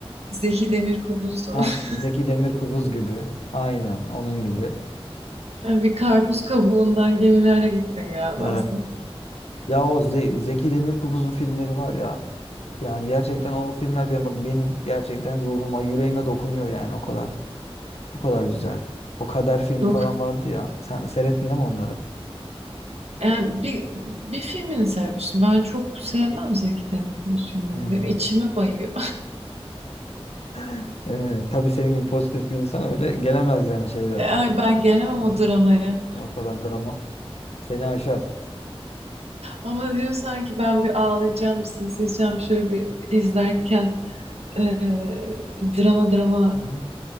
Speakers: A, on the right; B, on the left.
A: Zeki Demirkubuz da
B: Ha,
A: olur.
B: Zeki
A: <laughs>
B: Demirkubuz gibi. Aynen onun gibi.
A: Yani bir karpuz kabuğundan gemilere gittin galiba
B: Ee,
A: sen.
B: Ya o Ze- Zeki Demirkubuz'un filmleri var ya. Yani gerçekten o filmler benim bak benim gerçekten ruhuma, yüreğime dokunuyor yani o kadar. O kadar güzel. O Kader filmi
A: Yok.
B: falan vardı ya. Sen seyrettin değil mi onları?
A: Yani bir, bir filmini sevmiştim. Ben çok sevmem Zeki Demirkubuz filmlerini.
B: Hmm.
A: Benim içimi bayıyor.
B: <laughs> Ee, tabii senin gibi pozitif bir insan öyle gelemez yani şeylere.
A: <laughs> Ay ben gelemem
B: Yani
A: o dramaya.
B: o kadar drama seni aşar.
A: Ama diyor sanki ben bir ağlayacağım, sızlayacağım şöyle bir izlerken eee, drama drama
B: Hı.